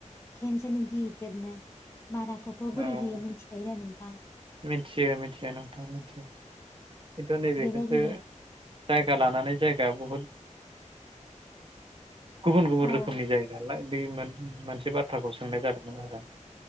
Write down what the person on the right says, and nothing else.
औ
मिथियो मिथियो नों थां मोनथि खिथु नैबेखौसो
जायगा लानानै जायगा बुहुद गुबुन गुबुन
रोखोमनि जायो नालाय बे मोन मोनसे बाथ्राखौ सोंनाय जादोंमोन आरो